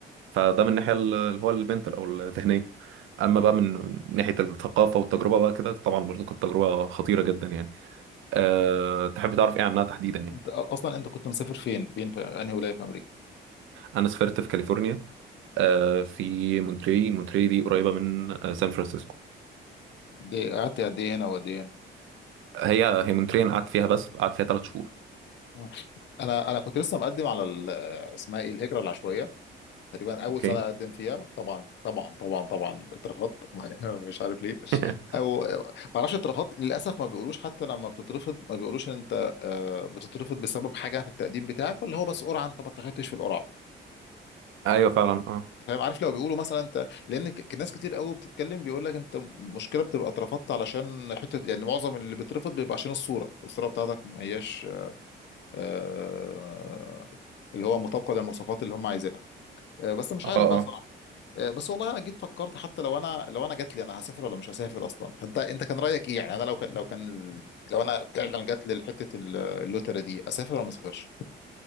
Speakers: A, on the right; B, on the left.
A: فده من الناحيه ال- اللي هو المنتال او الذهنيه اما بقى من من ناحيه الثقافه والتجربه بقى كده طبعا برضه كانت تجربه خطيره جدا يعني أه تحب تعرف ايه عنها تحديدا يعني
B: أنت أ- أصلا أنت كنت مسافر فين فين في أنهي ولاية في أمريكا
A: انا سافرت في كاليفورنيا أه في مونتري مونتري دي قريبه من آه، سان فرانسيسكو
B: دي قعدت قد إيه هنا وقد إيه هنا
A: هي هي مونتري انا قعدت فيها بس قعدت فيها ثلاث شهور
B: آه. أنا أنا كنت لسه مقدم على ال- اسمها إيه الهجرة العشوائية تقريبا أول
A: اوكي
B: سنة أقدم فيها طبعا طبعا طبعا طبعا اترفضت <laughs> مش عارف ليه
A: <laughs>
B: أو ما أعرفش اترفضت للأسف ما بيقولوش حتى لما بتترفض ما بيقولوش إن أنت آه، بتترفض بسبب حاجة في التقديم بتاعك ولا هو بس قرعة أنت ما اتخذتش في القرعة
A: ايوه فعلا اه
B: فاهم عارف لو بيقولوا مثلا انت لان ك- ناس كتير قوي بتتكلم بيقول لك انت مشكله بتبقى اترفضت علشان حته يعني معظم اللي بيترفض بيبقى عشان الصوره الصوره بتاعتك ما هياش آه، اللي هو مطابقه للمواصفات اللي هم عايزينها آه، بس مش
A: اه
B: عارف بقى
A: اه
B: صراحه آه، بس والله انا جيت فكرت حتى لو انا لو انا جات لي انا هسافر ولا مش هسافر اصلا فانت انت كان رايك ايه يعني انا لو كان لو كان لو انا فعلا جات لي حته اللوتره دي اسافر ولا ما اسافرش